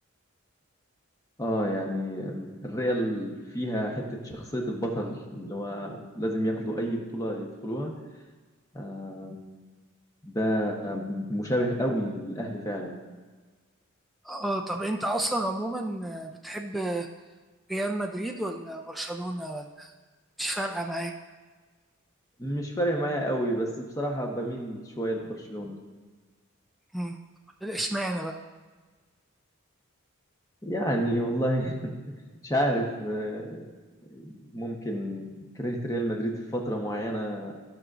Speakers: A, on the left (about 15°); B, in the centre.
A: اه يعني الريال فيها حتة شخصية البطل اللي هو لازم ياخدوا أي بطولة يدخلوها آه ده مشابه قوي للأهلي فعلا
B: اه طب انت اصلا عموما بتحب ريال مدريد ولا برشلونة ولا مش فارقة معاك
A: مش فارق معايا قوي بس بصراحة بميل شوية لبرشلونة
B: مم. اشمعنى بقى
A: يعني والله <laughs> مش عارف آه، ممكن كرهت ريال مدريد في فترة معينة